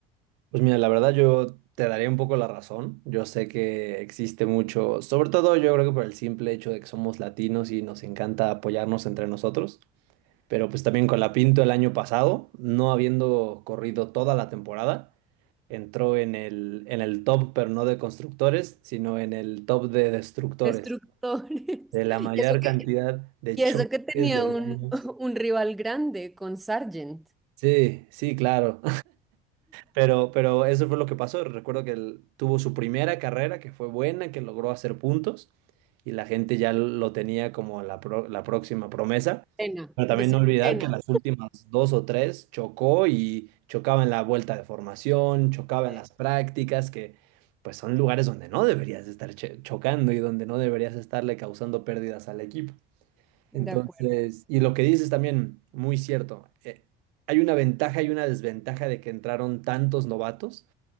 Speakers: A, on the right (about 65°); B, in the centre.
A: Pues mira, la verdad yo te daría un poco la razón. Yo sé que existe mucho, sobre todo yo creo que por el simple hecho de que somos latinos y nos encanta apoyarnos entre nosotros. Pero pues también con la Pinto el año pasado, no habiendo corrido toda la temporada, entró en el, en el top, pero no de constructores, sino en el top de destructores,
B: Destructores.
A: de la
B: <laughs>
A: mayor
B: Y eso que,
A: cantidad de
B: y
A: choques,
B: eso que tenía
A: de
B: un,
A: daños.
B: <laughs> un rival grande con Sargent.
A: Sí, sí, claro. Pero, pero eso fue lo que pasó. Recuerdo que él tuvo su primera carrera, que fue buena, que logró hacer puntos, y la gente ya lo tenía como la, pro- la próxima promesa.
B: Cena,
A: Pero también
B: decía
A: no olvidar
B: Cena.
A: que en las últimas dos o tres chocó y chocaba en la vuelta de formación, chocaba en
B: Eh,
A: las prácticas, que pues son lugares donde no deberías estar che- chocando y donde no deberías estarle causando pérdidas al equipo.
B: De
A: Entonces,
B: acuerdo.
A: y lo que dices también, muy cierto. eh, hay una ventaja y una desventaja de que entraron tantos novatos,